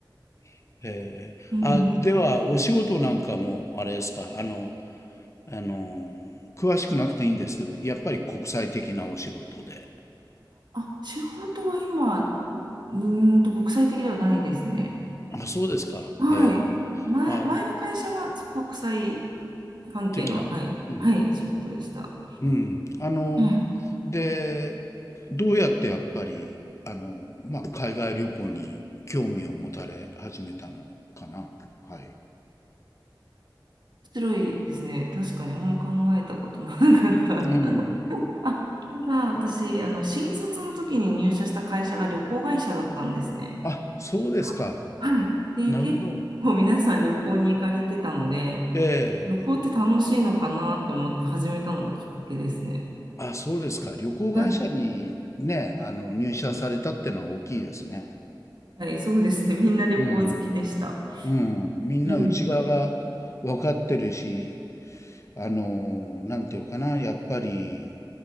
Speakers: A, on the left (about 40°); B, on the right (about 65°).
A: え、へえ。
B: うん、
A: あ、では、お仕事なんかも、あれですか、あの、あの、詳しくなくていいんですけど、やっぱり国際的なお仕事で。
B: あ、仕事は今、うーんと、国際的ではないですね。
A: あ、そうですか。
B: はい。
A: へえ。
B: 前、
A: あ、
B: 前の会社はそう国際関係の、
A: 的な。
B: はい、
A: うん。
B: はい、仕事でした。
A: うん。あの、
B: うん。面
A: で、どうやってやっぱり、あの、まあ、海外旅行に興味を持たれ始めたのかな。は
B: 白いですね。確かにあんま考えたことなかった。
A: い。うん。
B: <laughs> あ、ただ私、あの、新卒の時に入社した会社が旅行会社だったんですね。
A: あ、そうですか。
B: ははい。で、
A: なるほど。
B: 結構皆さん旅行に行かれてたので、
A: え
B: 旅行って楽しいのかなって思って始めたのがきっかけですね。
A: え。あ、そうですか。旅行会社にね、
B: はい。
A: あの、入社されたってのは大きいですね。
B: はい、そうですね。みんな旅行好きでした。
A: うん。うん。みんな内側が分かってるし、
B: うん、
A: あの、なんていうかな。やっぱり、